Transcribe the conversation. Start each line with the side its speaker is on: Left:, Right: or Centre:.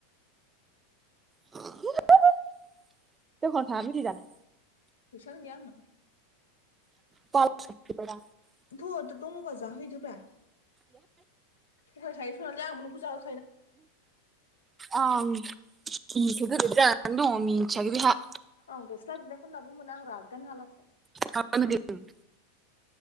Right: <unintelligible> दखानाव थाङा मेथाय जानो?
Left: फैसानो गैया आंनाव।
Right: <unintelligible>
Left: थ' दङबा जाहैदोब्रा। थगाय खायो <unintelligible> दा आंबो जाहो
Right: आं <unintelligible> दं मिथियाखै बिहा
Left: आं गस्ला बिनायखौनो दाबो मोना आं रागायानो हालास
Right: आ <unintelligible>